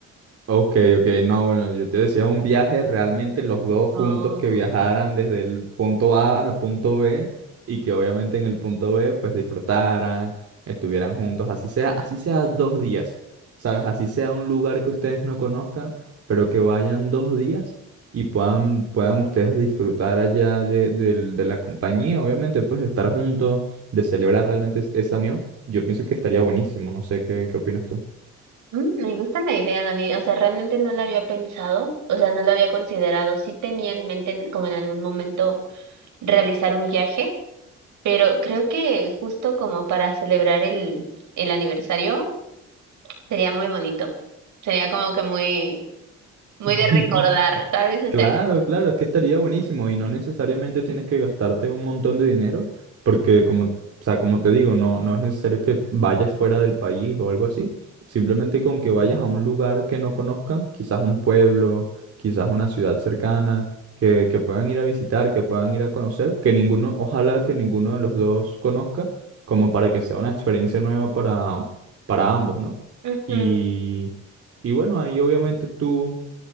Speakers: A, on the right; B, on the right.
A: Ok, ok, no, bueno, yo te decía un viaje realmente los dos juntos
B: Oh.
A: que viajaran desde el punto A al punto B y que obviamente en el punto B pues disfrutaran, estuvieran juntos, así sea, así sea dos días, ¿sabes? Así sea un lugar que ustedes no conozcan, pero que vayan dos días y puedan, puedan ustedes disfrutar allá de, del- de la compañía, obviamente pues de estar juntos, de celebrar realmente es- esa unión. Yo pienso que estaría buenísimo, no sé qué, qué opinas tú.
B: Mm, me gusta la idea, Dani. O sea, realmente no la había pensado, o sea, no la había considerado. Sí tenía en mente en- como en algún momento realizar un viaje Pero creo que justo como para celebrar el, el aniversario sería muy bonito. Sería como que muy, muy
A: <laughs>
B: de recordar, ¿sabes? O
A: Claro,
B: sea, como...
A: claro, es que estaría buenísimo y no necesariamente tienes que gastarte un montón de dinero, porque como, o sea, como te digo, no, no es necesario que vayas fuera del país o algo así, simplemente con que vayas a un lugar que no conozcan, quizás un pueblo, quizás una ciudad cercana, que, que puedan ir a visitar, que puedan ir a conocer, que ninguno, ojalá que ninguno de los dos conozca, como para que sea una experiencia nueva para, para ambos, ¿no?
B: Ujú.
A: Y... Y bueno, ahí obviamente tú